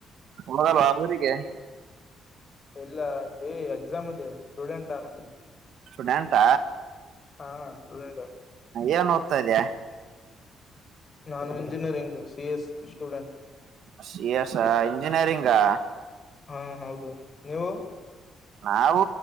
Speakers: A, on the right; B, on the left.
A: ನದಲ್ಲಬರಿಗೆ
B: ಎಲ್ಲ ಇ ಎಕ್ಸಾಮ್ ಅದೆ ಸ್ಟೂಡೆಂಟ್ಾನು
A: ಸ್ಟೊಡೆಟ್
B: ಹಾ ಸ್ಟೂಡೆಂಟ್
A: ಏನ್ ಓದ್ತಾ ಇದ್ಯಾ
B: ನಾನು engineering C S student
A: C S ಇಂಜಿನಿಯರಿಂಗಾ
B: ಹಾ ಹೌದು ನೀವು
A: ನಾವು